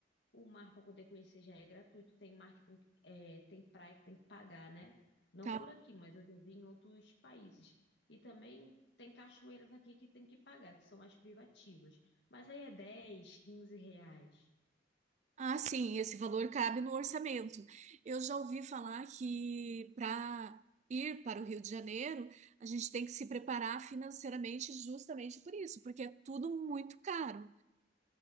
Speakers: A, on the left; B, on the right.
A: o mar para poder conhecer já é gratuito, tem mar que tem, é, tem praia que tem que pagar, né? Não
B: Tá.
A: por aqui, mas eu já vi em outros países. E também tem cachoeiras aqui que tem que pagar, que são as privativas. Mas aí é 10, 15 reais.
B: Ah, sim, esse valor cabe no orçamento. Eu já ouvi falar que para ir para o Rio de Janeiro, a gente tem que se preparar financeiramente justamente por isso, porque é tudo muito caro.